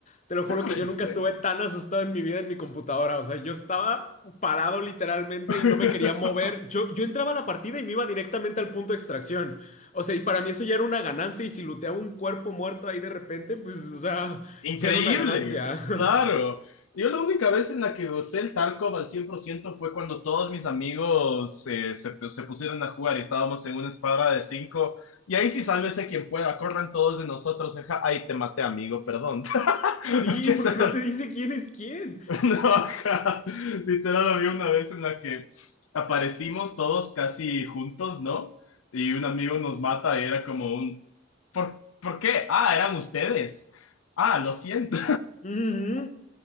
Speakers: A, on the left (about 35°); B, on the left (about 85°).
A: Te lo juro
B: Taco
A: que
B: es
A: yo
B: extremo.
A: nunca estuve tan asustado en mi vida en mi computadora. O sea, yo estaba parado literalmente
B: <laughs>
A: y no me quería mover. Yo, yo entraba a la partida y me iba directamente al punto de extracción. O sea, y para mí eso ya era una ganancia. Y si looteaba un cuerpo muerto ahí de repente, pues, o sea,
B: Increíble,
A: ya era una ganancia. <laughs>
B: claro. Yo la única vez en la que gocé el Tarkov al 100% fue cuando todos mis amigos eh, se, se pusieron a jugar y estábamos en una escuadra de cinco. Y ahí sí, sálvese quien pueda, corran todos de nosotros. Ajá, Ay, te maté, amigo, perdón. <laughs>
A: Sí,
B: Que
A: porque
B: esa
A: no te dice quién es quién.
B: <laughs> No, ajá. Literal, había una vez en la que aparecimos todos casi juntos, ¿no? Y un amigo nos mata y era como un... ¿Por, ¿por qué? Ah, eran ustedes. Ah, lo siento.
A: Ujú.